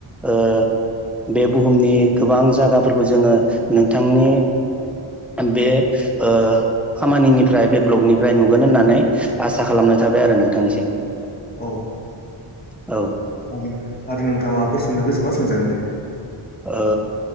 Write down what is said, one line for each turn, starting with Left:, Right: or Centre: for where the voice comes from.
Centre: ओ बे बुहुमनि गोबां जायगाफोरखौ जोङो नोंथांनि बे ओ खामानिनिफ्राय बे ब्लगनिफ्राय नुगोन होननानै आसा खालाम नाय थाबाय आरो नोंथांनिसिम।
Left: औ
Centre: औ
Left: आरो आरो नोंथाङा माबाफोर सोंनो गोसोबा सोंजागोन दे।
Centre: ओ